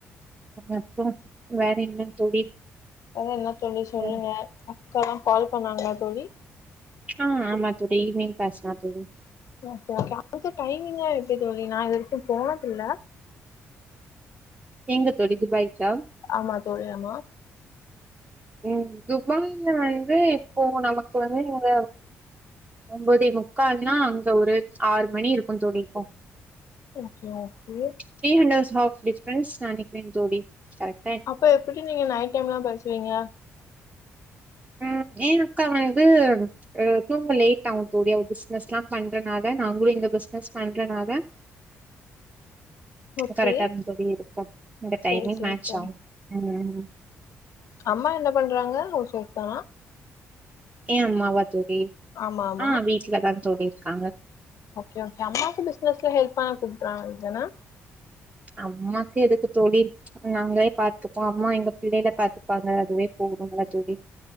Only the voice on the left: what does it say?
வேற என்ன தோழி சொல்லுங்க
அக்காலா கால் பண்ணாங்களா தோழி
ஓகே ஓகே அதுக்கு டைமிங்லா எப்டி தோழி நா இதுவரைக்கு போனதில்ல
ஆமா தோழி ஆமா
okay okay
அப்ப எப்டி நீங்க நைட் டைம்லா பேசுவீங்க
ஓகே
சேரி சேரி
தோழி
அம்மா என்ன பண்றாங்க ஹவுஸ் வைஃப் தானா
ஆமா ஆமா
ஓகே ஓகே அம்மாக்கு பிசினஸ்ல ஹெல்ப் பண்ண கூப்ட்றாங்கதானா